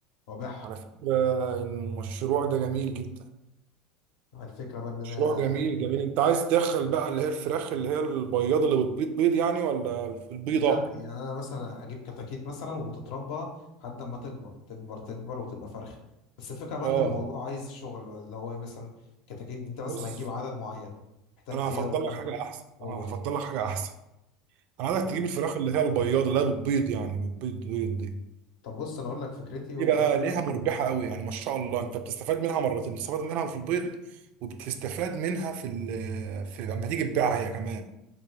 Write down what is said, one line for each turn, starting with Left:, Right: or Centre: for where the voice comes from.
Left: وابيعها
Right: على فكرة المشروع ده جميل جدا
Left: الفكرة بقى ان انا
Right: مشروع جميل جميل أنت عايز تدخل بقى اللي هي الفراخ اللي هي البياضة اللي بتبيض بيض يعني ولا البيضة
Left: لا
Right: اه
Left: يعني انا مثلا اجيب كتاكيت مثلا وتتربى لحد ما تكبر تكبر تكبر وتبقى فرخة بس الفكرة بقى
Right: آه.
Left: ان الموضوع عايز شغل بقى اللي هو إيه مثلا كتاكيت انت مثلا
Right: بص
Left: هتجيب عدد معين محتاج
Right: أنا
Left: ايه
Right: هفضل
Left: اول حاجة
Right: لك حاجة أحسن
Left: قول
Right: أنا هفضل لك حاجة أحسن أنا عايزك
Left: قول
Right: تجيب الفراخ اللي هي البياضة اللي هي بتبيض يعني بتبيض بيض دي
Left: طب بص انا اقول لك فكرتي وانت
Right: دي بقى
Left: مثلا
Right: ليها
Left: قول
Right: مربحة
Left: لي فكرتي
Right: قوي يعني ما شاء الله انت بتستفاد منها مرتين بتستفاد منها في البيض وبتستفاد منها في ال... في لما تيجي تبيعها هي كمان